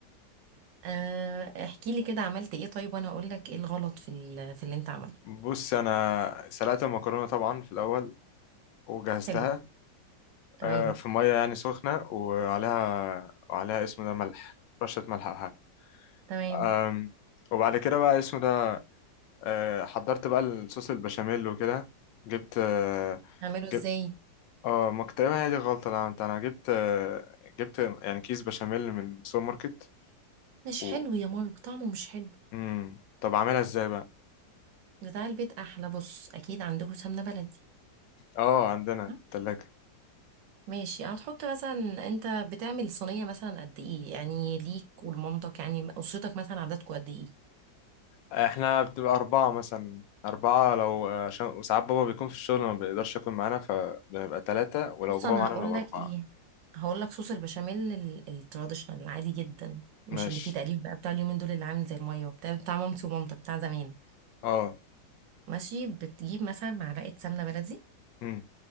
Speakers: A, on the right; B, on the left.
A: آه احكي لي كده عملت ايه طيب وانا اقول لك ايه الغلط في ال- في اللي انت عملته
B: بص انا سلقت المكرونه طبعا في الاول وجهزتها
A: حلو تمام
B: آه، في ميه يعني سخنه وعليها وعليها اسمه ده ملح رشه ملح أو حاجة.
A: تمام
B: أم، وبعد كده بقى اسمه ده آه، حضرت بقى الصوص البشاميل وكده جبت آه،
A: اعمله
B: جبت
A: ازاي
B: اه ما كنت تقريبا هي دي الغلطة اللي عملتها انا جبت آه، جبت يعني كيس بشاميل من السوبر ماركت
A: مش
B: و
A: حلو يا مارك طعمه مش حلو
B: مم. طب اعملها ازاي بقى
A: بتاع البيت احلى بص اكيد عندكم سمنه بلدي
B: اه عندنا
A: ها؟
B: في التلاجة
A: ماشي هتحط مثلا انت بتعمل صينيه مثلا قد ايه يعني ليك ولمامتك يعني اسرتك مثلا عددكم قد ايه
B: احنا بتبقى أربعة مثلا أربعة لو آه، عشان وساعات بابا بيكون في الشغل ما بيقدرش يكون معانا فبنبقى تلاتة ولو
A: بص
B: بابا
A: انا
B: معانا
A: هقول
B: بنبقى
A: لك
B: أربعة
A: ايه هقول لك صوص البشاميل ال- التراديشنال العادي جدا مش
B: ماشي
A: اللي فيه تقليب بقى بتاع اليومين دول اللي عامل زي الميه وبتاع بتاع مامتي ومامتك بتاع زمان
B: اه
A: ماشي بتجيب مثلا معلقه سمنه بلدي
B: مم.